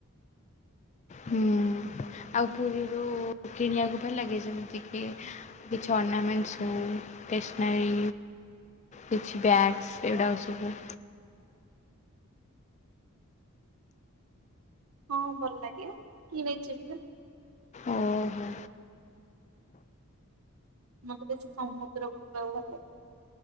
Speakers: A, on the left; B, on the right.
A: ହୁଁ। ଆଉ ପୁରୀରୁ କିଣିବାକୁ ଭଲ ଲାଗେ ଯେମିତିକି କିଛି ଅର୍ନାମେଣ୍ଟସ ହୋଉ, ଷ୍ଟେସନରୀ? କିଛି ବ୍ୟାଗ୍ସ ଏଗୁଡ଼ାକ ସବୁ
B: ହଁ ଭଲ ଲାଗେ କିଣିଛି ବି।
A: ଓହୋ
B: ମତେ ବେଶୀ ସମୁଦ୍ର କୁ ଯିବାକୁ ଭଲ ଲାଗେ।